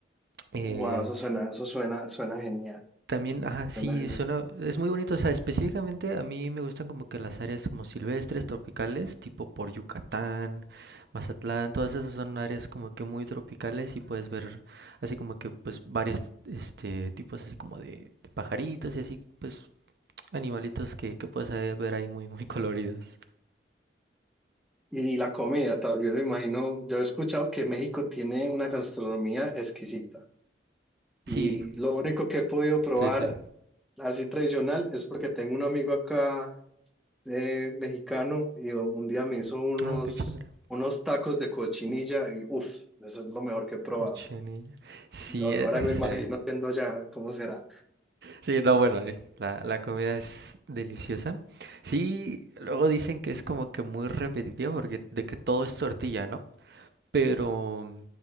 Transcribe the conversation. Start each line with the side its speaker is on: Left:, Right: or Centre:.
Right: eh,
Centre: Wow, eso suena, eso suena, suena genial,
Right: También, ajá, sí,
Centre: suena genial.
Right: suena, es muy bonito, o sea, específicamente a mí me gustan como que las áreas como silvestres, tropicales, tipo por Yucatán, Mazatlán, todas esas son áreas como que muy tropicales y puedes ver así como que pues varios este tipos así como de, de pajaritos y así pues animalitos que, que puedes ahí ver ahí muy muy <laughs> coloridos.
Centre: Y la comida, también me imagino, yo he escuchado que México tiene una gastronomía exquisita. Y
Right: Sí,
Centre: lo único que he podido probar
Right: sí, sí.
Centre: así tradicional es porque tengo un amigo acá eh, mexicano y un día me hizo unos,
Right: Ah, qué chévere.
Centre: unos tacos de cochinilla y uff, eso es lo mejor que he probado.
Right: Cochinilla. Sí,
Centre: Yo ahora
Right: eh, ah,
Centre: me imagino
Right: sí.
Centre: viendo allá cómo será.
Right: Sí, no, bueno, sí, la, la comida es deliciosa. Sí, luego dicen que es como que muy repetitiva porque de que todo es tortilla, ¿no? Pero